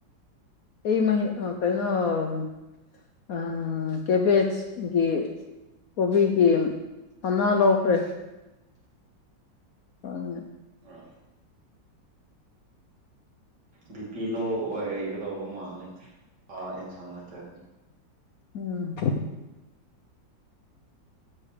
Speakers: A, on the left; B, on the right.
A: ꯑꯩ ꯃꯍꯤ ꯑ ꯀꯩꯅꯣꯝ ꯑ ꯀꯦꯕꯦꯠꯁ ꯒꯤ ꯀꯣꯕꯤꯒꯤ ꯃꯅꯥ ꯂꯧꯈ꯭ꯔꯦ ꯈꯪꯉꯦ
B: ꯑꯥ ꯕꯤꯄꯤ ꯂꯣ ꯑꯣꯏꯒꯗꯧꯕ ꯃꯥꯜꯂꯦ ꯑꯥ ꯑꯦꯟꯁꯥꯡ ꯅꯠꯇ꯭ꯔꯗꯤ
A: ꯎꯝ <inaudible>